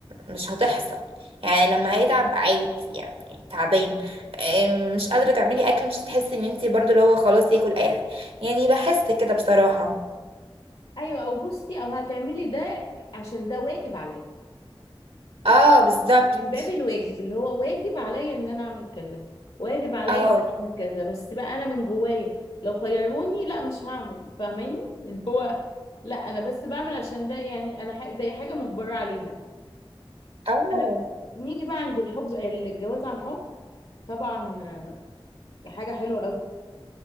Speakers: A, on the right; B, on the left.
A: مش هتحصل يعني لما هيتعب عادي يعني تعبان آه، مش قادره تعملي اكل مش هتحسي ان انت برضو اللي هو خلاص ياكل اي حاجه يعني بحس كده بصراحه
B: ايوه او بصي او هتعملي ده عشان ده واجب عليا
A: اه بالظبط
B: من باب الواجب اللي هو واجب عليا ان انا اعمل كذا واجب عليا
A: اه
B: ان انا اعمل كذا بس بقى انا من جوايا لو خيروني لا مش هعمل فاهماني اللي هو لا انا بس بعمل عشان ده يعني انا ح- زي حاجة مجبرة عليها
A: اه
B: انا نيجي بقى عند الحب الجواز عن حب طبعا آه، حاجة حلوة قوي